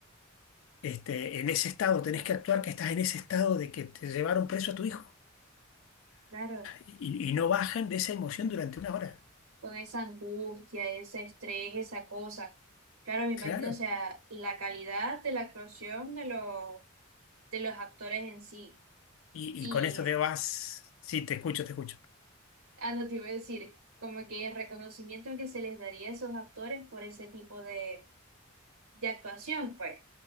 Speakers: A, on the left; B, on the right.
A: este, en ese estado, tenés
B: claro.
A: que actuar que estás en ese estado de que te llevaron preso a tu hijo.
B: claro.
A: Y, y no bajan de esa emoción durante una hora.
B: Con esa angustia, ese estrés, esa cosa. Claro, me imagino,
A: Claro.
B: o sea, la calidad de la actuación de los, de los actores en sí.
A: Y,
B: Y,
A: y con esto te vas, sí, te escucho, te escucho.
B: ah, no te iba a decir, como que el reconocimiento que se les daría a esos actores por ese tipo de de actuación, pues,